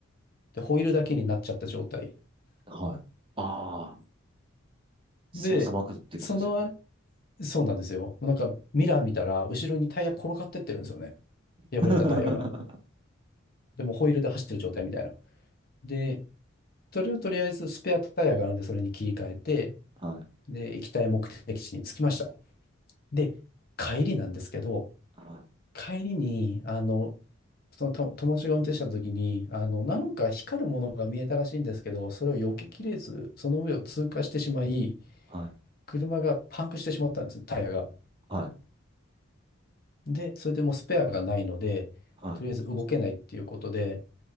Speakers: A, on the left; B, on the right.
A: で、ホイールだけになっちゃった状態。
B: はい。ああ、しかも砂漠っていうことですよね。
A: で、そのあ、そうなんですよ。なんかミラー見たら、後ろにタイヤ転がってってるんですよね。破れたタイヤが。
B: <laughs> は
A: でもホイールで走ってる状態みたいな。で、それをとりあえずスペアタイヤがあるんで、それに切り替えて、
B: い、
A: で、行きたい目的地に着きました。で、帰りなんですけど、
B: はい、
A: 帰りに、あの、そのと友達が運転した時に、あの、なんか光るものが見えたらしいんですけど、それを避けきれず、その上を通過してしまい、
B: はい、
A: 車がパンクしてしまったんですね、タイヤが。
B: はい、
A: で、それでもうスペアがないので、
B: は
A: とりあえず動けないっていうことで、